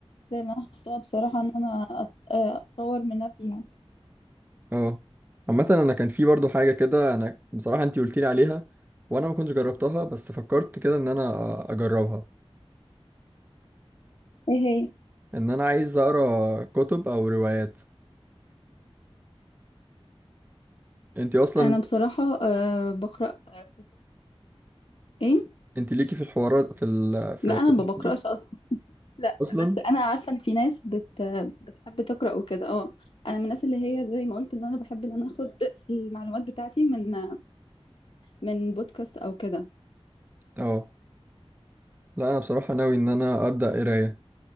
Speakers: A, on the left (about 60°); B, on the right (about 15°).
A: اللي انا حطاها بصراحه ان انا أت- اطور من نفسي فيها
B: اه عامه انا كان في برضو حاجه كده انا بصراحه انت قلت لي عليها وانا ما كنتش جربتها بس فكرت كده ان انا آه، اجربها
A: ايه هي
B: ان انا عايز اقرا كتب او روايات انت اصلا
A: انا بصراحه أه بقرا آه، كتب ايه
B: انت ليكي في الحوارات في ال... في
A: لا
B: في
A: انا ما بقراش
B: الكتب
A: اصلا لا
B: اصلا
A: بس انا عارفه ان في ناس بت بتحب تقرا وكده اه انا من الناس اللي هي زي ما قلت ان انا بحب ان انا اخد المعلومات بتاعتي من من بودكاست او كده
B: اه لا انا بصراحه ناوي ان انا ابدا قرايه